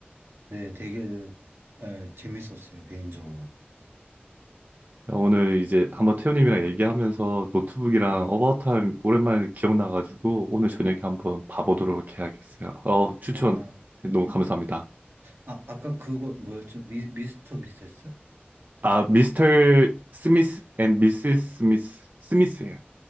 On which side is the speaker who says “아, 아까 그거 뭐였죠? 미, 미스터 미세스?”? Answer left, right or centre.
Right